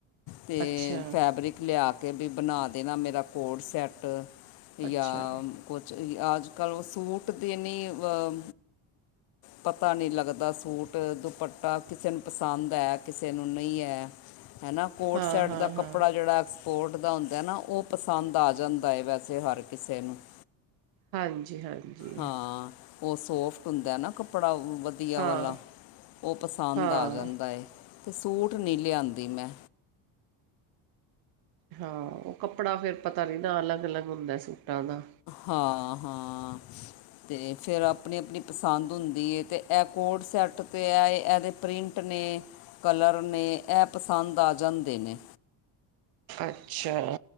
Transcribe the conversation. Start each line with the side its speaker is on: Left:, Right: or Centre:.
Left: ਤੇ
Right: ਅੱਛਾ
Left: ਫੈਬਰਿਕ ਲਿਆ ਕੇ, ਵੀ ਬਣਾ ਦੇਣਾ ਮੇਰਾ ਕੋਡ ਸੈੱਟ
Right: ਅੱਛਾ
Left: ਜਾਂ ਕੁਛ ਵੀ ਅੱਜ-ਕੱਲ੍ਹ ਸੂਟ ਦੀ ਇੰ ਐ। ਪਤਾ ਨਹੀਂ ਲੱਗਦਾ ਸੂਟ ਦੁਪੱਟਾ ਕਿਸੇ ਨੂੰ ਪਸੰਦ ਐ ਕਿਸੇ ਨੂੰ ਨਹੀਂ ਐ। ਹੈ ਨਾ। ਕੋਡ
Right: ਹਾਂ
Left: ਸੈੱਟ
Right: ਹਾਂ
Left: ਦਾ
Right: ਹਾਂ
Left: ਕੱਪੜਾ ਜਿਹੜਾ ਐਕਸਪੋਰਟ ਦਾ ਹੁੰਦਾ ਨਾ ਉਹ ਪਸੰਦ ਆ ਜਾਂਦਾ ਹੈ ਵੈਸੇ ਹਰ ਕਿਸੇ ਨੂੰ <inaudible>
Right: ਹਾਂਜੀ ਹਾਂਜੀ
Left: ਹਾਂ। ਉਹ ਸੋਫਟ ਹੁੰਦਾ ਨਾ ਕੱਪੜਾ ਵਧ ਵਧੀਆ
Right: ਹਾਂ
Left: ਵਾਲਾ, ਉਹ ਪਸੰਦ
Right: ਹਾਂ
Left: ਆ ਜਾਂਦਾ ਏ, ਤੇ ਸੂਟ ਨਹੀਂ ਲਿਆਂਦੀ ਮੈਂ
Right: ਹਾਂ, ਉਹ ਕੱਪੜਾ ਫਿਰ ਪਤਾ ਨੀ ਨਾ ਅਲੱਗ-ਅਲੱਗ ਹੁੰਦਾ ਸੂਟਾਂ ਦਾ
Left: ਹਾਂ-ਹਾਂ। ਤੇ ਫਿਰ ਆਪਣੀ-ਆਪਣੀ ਪਸੰਦ ਹੁੰਦੀ ਐ ਤੇ ਇਹ ਕੋਡ ਸੈੱਟ ਪਾਇਆਂ ਤੇ ਇਹਦੇ ਪ੍ਰਿੰਟ ਪਿ੍ੰਟ ਨੇ, ਕਲਰ ਨੇ, ਐ ਪਸੰਦ ਆ ਜਾਂਦੇ ਨੇ।
Right: ਅੱਛਾ।